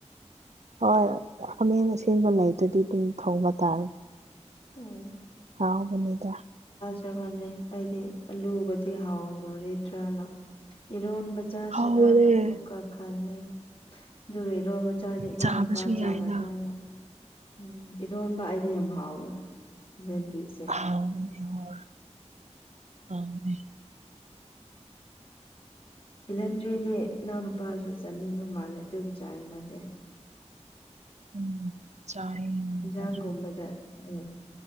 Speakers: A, on the right; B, on the left.
A: ꯍꯣꯏ ꯍꯥꯃꯦꯡ ꯑꯁꯦꯡꯕ ꯂꯩꯗꯨꯗꯤ ꯑꯗꯨꯝ ꯊꯧꯕ ꯇꯥꯔꯦ
B: ꯎꯝ
A: ꯍꯥꯎꯕ ꯅꯤꯗ
B: ꯅꯠꯇ꯭ꯔꯒꯅꯦ ꯑꯩꯗꯤ ꯑꯂꯨꯒꯗꯤ ꯍꯥꯎꯔꯨꯔꯗ꯭ꯔꯅ ꯏꯔꯣꯟꯕ ꯆꯖꯁꯤꯔꯥꯅ
A: ꯍꯥꯎꯕꯅꯦ
B: ꯑꯃꯨꯛꯀꯥ ꯈꯟꯂꯦ ꯑꯗꯨꯒ ꯏꯔꯣꯏꯕꯆꯥꯔꯤ ꯏꯅꯥꯎ
A: ꯆꯥꯕꯁꯨ
B: ꯅꯨꯄꯥ ꯆꯥꯒꯗ꯭ꯔꯥꯅ
A: ꯌꯥꯏꯅ
B: ꯎꯝ ꯏꯔꯣꯟꯕ ꯑꯩꯗꯤ ꯌꯥꯝ ꯍꯥꯎꯋꯦ ꯕꯤꯂꯦꯟꯗ꯭ꯔꯤꯁꯦ
A: ꯍꯥꯎ ꯃꯅꯤ ꯍꯥꯎ ꯃꯅꯤ
B: ꯕꯦꯍꯟꯗ꯭ꯔꯤꯗꯤ ꯏꯅꯥꯎ ꯅꯨꯄꯥꯁꯨ ꯆꯥꯅꯤꯡꯕ ꯃꯥꯜꯂꯦ ꯑꯗꯨꯝ ꯆꯥꯏ ꯃꯥꯁꯦ
A: ꯎꯝ ꯆꯥꯏꯌꯦ ꯅꯪ
B: ꯏꯟꯖꯥꯡꯒꯨꯝꯕꯗ
A: ꯅꯨꯄꯥꯁꯨ
B: ꯎꯝ